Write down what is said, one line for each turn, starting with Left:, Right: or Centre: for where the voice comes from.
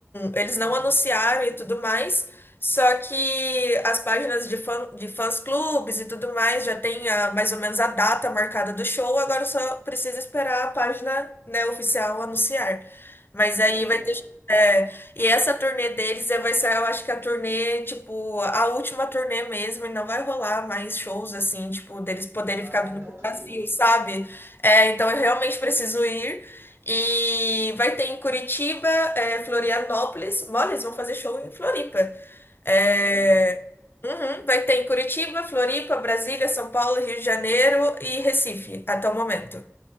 Left: eles não anunciaram e tudo mais. Só que as páginas de fã, de fãs clubes e tudo mais já tem a, mais ou menos a data marcada do show. Agora só precisa esperar a página, né, oficial anunciar. Mas
Right: Cara,
Left: aí
Right: que
Left: vai
Right: irado.
Left: ter. é, e essa turnê deles é, vai ser, eu acho que a turnê, tipo, a última turnê mesmo, e não vai rolar mais shows assim, tipo, deles poderem
Right: Ah,
Left: ficar vindo
Right: então
Left: pro
Right: tem
Left: Brasil,
Right: que ir.
Left: sabe? É, então eu realmente preciso ir. E vai ter em Curitiba, é, Florianópolis. Mole, eles vão fazer show em Floripa. É,
Right: Olha, olha.
Left: uhum, vai ter em Curitiba, Floripa, Brasília, São Paulo, Rio de Janeiro e Recife, até o momento.